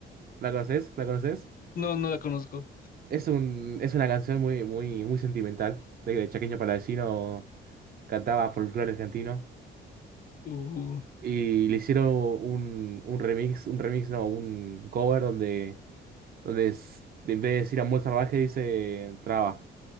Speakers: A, on the right; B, on the left.
A: ¿La conoces? ¿La conoces?
B: no, no la conozco.
A: Es un, es una canción muy, muy, muy sentimental. De que el Chaqueño Palavecino cantaba folclore argentino.
B: Uh.
A: Y le hicieron un, un remix, un remix, no, un cover donde, donde es- en vez de decir amor salvaje dice traba,